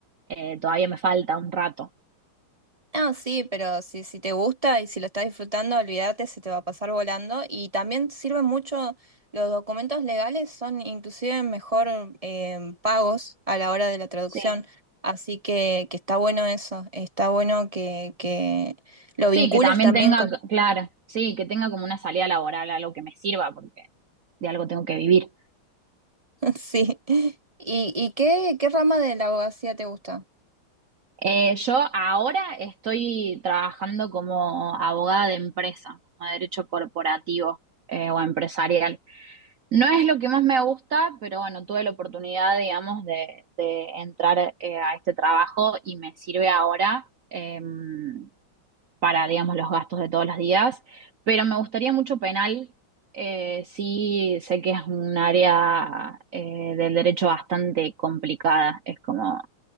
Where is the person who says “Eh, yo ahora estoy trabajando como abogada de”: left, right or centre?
Right